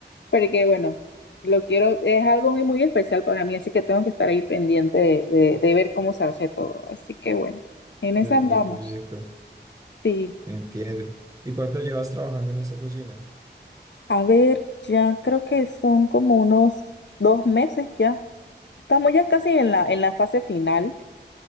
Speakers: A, on the left; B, on the right.
A: porque bueno, lo quiero, es algo muy, muy especial para mí, así que tengo que estar ahí pendiente de, de- de ver cómo se hace todo. Así que bueno, en
B: De-
A: esa andamos.
B: del proyecto.
A: Sí,
B: Entiendo. ¿Y cuánto llevas trabajando en esta cocina?
A: a ver, ya creo que son como unos dos meses ya. Estamos ya casi en la, en la fase final.